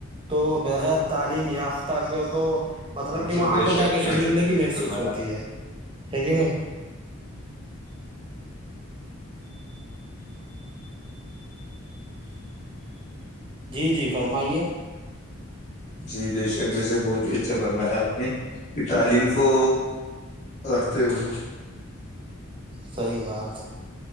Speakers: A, on the right; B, on the left.
A: تو بغیر تعلیم یافتہ کے تو مطلب
B: بالکل
A: کہ وہاں
B: بے
A: پہ جا
B: شک
A: کے
B: بے
A: شرمندگی
B: شک درست
A: میں س
B: فرمایا
A: سوتی ہے کہ نہیں جی جی فرمائیے
B: جی بے شک ویسک بہت ہی اچھا فرمایا آپ نے کہ تعلیم کو رکھتے ہوئے
A: صحی بات